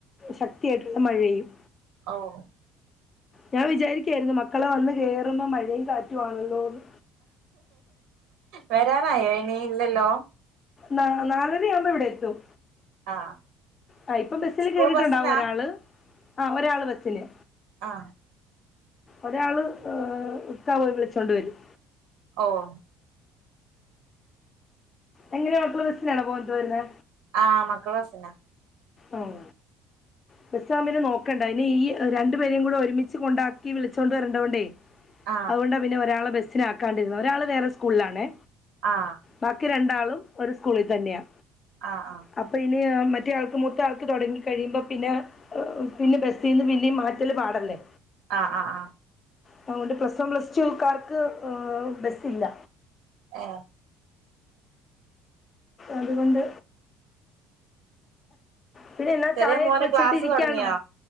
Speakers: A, on the left; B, on the right.
A: ശക്തിയായിട്ടുള്ള മഴയും.
B: ഓഹ്.
A: ഞാൻ വിചാരിയ്ക്കായിരുന്നു മക്കള് വന്ന് കേറുമ്പം മഴയും കാറ്റുവാണല്ലോന്ന്.
B: വരാറായോ അയ്ന്. ഇല്ലല്ലോ?
A: നാ നാലരയാവുമ്പം ഇവിടെ എത്തും.
B: ആഹ്.
A: ആഹ് ഇപ്പം ബസ്സില്
B: സ്കൂൾ
A: കേറിട്ടുണ്ടാവും
B: ബസ്സിനാ
A: ഒരാള്. ആഹ് ഒരാള് ബസ്സിന്.
B: ആഹ്.
A: ഒരാള് ഈഹ്, ഇക്കാ പോയി വിളിച്ചോണ്ട് വരും.
B: ഓഹ്.
A: എങ്ങനെയാ മക്കള് ബസ്സിനാണോ പോയിട്ട് വരുന്നേ?
B: ആഹ് മക്കള് ബസ്സിനാ.
A: ഉം. ബസ്സാകുമ്പോ പിന്നെ നോക്കണ്ട. അതിനെ ഈ രണ്ടു പേരെയും കൂടെ ഒരുമിച്ച് കൊണ്ടാക്കി വിളിച്ചോണ്ട് വരണ്ടോണ്ടേ.
B: ആഹ്
A: അതുകൊണ്ടാ പിന്നെ ഒരാളെ ബസ്സിനാക്കാണ്ടിരുന്നെ. ഒരാള് വേറെ സ്കൂളിലാണേ.
B: ആഹ്.
A: ബാക്കി രണ്ടാളും ഒരു സ്കൂളിൽ തന്നെയാ.
B: ആഹ് ആഹ്
A: അപ്പൊ ഇനി മറ്റേയാൾക്ക് മൂത്ത ആൾക്ക് തുടങ്ങി കഴിയുമ്പോ പിന്നെ, ഈഹ് പിന്നെ ബസ്സീന്ന് പിന്നെയും മാറ്റല് പാടല്ലേ.
B: ആഹ് ആഹ് ആഹ്.
A: അതു കൊണ്ട് പ്ലസ് വൺ പ്ലസ് ടുക്കാർക്ക് ഈഹ് ബസ്സില്ല.
B: ഏഹ്?
A: അതുകൊണ്ട് പിന്നെ എന്നാ
B: ചെറിയ
A: ചായയൊക്കെ
B: മോന്
A: വെച്ചിട്ട്
B: ക്ലാസ്
A: ഇരിക്കയാണോ?
B: തൊടങ്ങിയോ